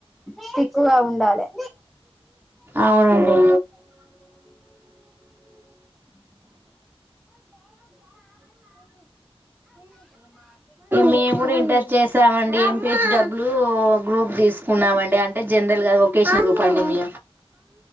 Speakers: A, in the centre; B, on the right.
A: స్టిక్ గా ఉండాలే
B: అవునండి మేము కూడ ఇంటర్ చేసామండి ఎంపిసి బదులు ఒక గ్రూప్ తీసుకున్నామ అండి అ అంటే జనరల్ గా ఒకేషన్ గ్రూప్ అండి మీ